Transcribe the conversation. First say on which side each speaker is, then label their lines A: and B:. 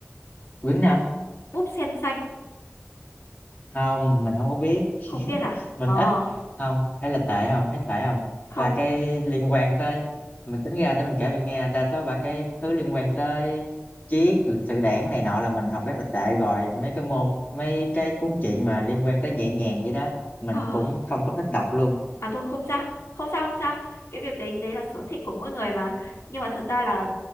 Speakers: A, on the left (about 35°); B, on the left (about 75°).
A: quyển nào
B: búp sen xanh
A: không mình không có biết
B: không biết
A: <laughs>
B: à
A: mình
B: ờ
A: ít không hay là tệ không hay tệ không
B: không
A: là cái liên quan tới mình tính ra để mình kể bạn nghe đa số ba cái thứ liên quan tới triết lịch sử đảng này nọ là mình học rất là tệ rồi mấy cái môn mấy cái cuốn truyện mà liên quan tới nhẹ nhàng vậy đó mình
B: à,
A: cũng không có thích đọc luôn
B: à tôi không sao không sao không sao cái việc đấy đấy là sở thích của mỗi người mà nhưng mà thật ra là